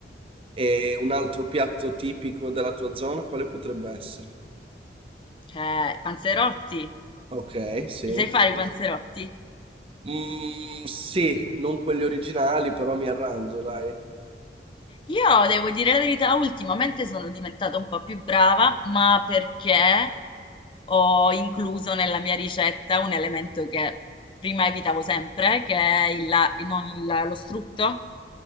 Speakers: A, on the right (about 30°); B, on the left (about 30°).
A: E un altro piatto tipico della tua zona, quale potrebbe essere?
B: Eh, i panzerotti.
A: Ok, sì,
B: Mi sai fare
A: sì.
B: i panzerotti?
A: Mm, sì, non quelli originali, però mi arrangio, dai.
B: Io devo dire la verità, ultimamente sono diventata un po' più brava, ma perché ho incluso nella mia ricetta un elemento che prima evitavo sempre, che è il, la- non il- lo strutto.